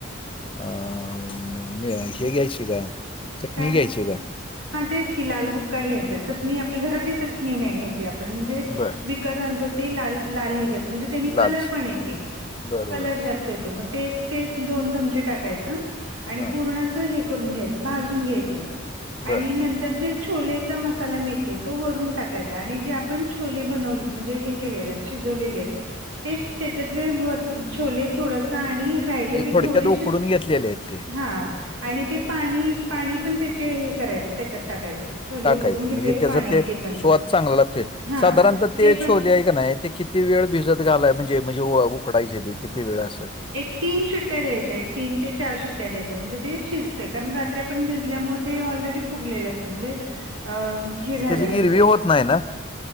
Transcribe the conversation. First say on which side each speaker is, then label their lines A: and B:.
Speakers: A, on the left; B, on the right.
A: अ म हे घ्यायचे का चटणी
B: काय
A: घ्यायची का
B: हा तेच की लालबुक्का घ्यायचा चटणी आपली घरातली चटणी नाही घ्यायची आपण म्हणजे
A: बरं.
B: विक आणतो ते लाल लाल हे घ्याच म्हणजे त्यांनी
A: लालची.
B: कलर पण येते
A: बरं,
B: कलर
A: बरं.
B: जास्त येतो ते ते दोन चमचे टाकायच आणि
A: हां.
B: पूर्ण असं हे करून घ्यायच घ्यायचं
A: बरं.
B: आणि नंतर जे छोलेचा मसाला मिळतो तो वरून टाकायचा आणि जे आपण छोले बनवले म्हणजे हे केलेले आहेत शिजवलेले आहेत तेच त्यांच्यातले ब छोले थोडेसे चाळणी आणि
A: म्हणजे थोडक्यात
B: थोडेसेच
A: उकडून घेतलेले आहेत ते
B: हा आणि ते पाणी पाणी पण त्याचे हे करायचं त्याच्यात टाकायचं छोले
A: टाकायचं
B: उकडून घेतलेलं
A: म्हणजे त्याचा
B: पाणी आहे
A: ते
B: पण
A: स्वाद चांगला लागतोय.
B: हा
A: साधारणत ते
B: पण
A: छोले आहे का नाही ते किती वेळ भिजत घालाय म्हणजे म्हणजे उकडायचे ते किती वेळ असं?
B: एक तीन शिट्ट्या द्यायच्या एक तीन ते चार शिट्ट्या द्यायच्या म्हणजे ते शिजते कारण रात्री आपण भिजल्यामुळे ते ऑलरेडी फुगलेलं असतं म्हणजे अ हे झालेलं
A: त्याची गिरवी
B: असतय
A: होत नाही ना?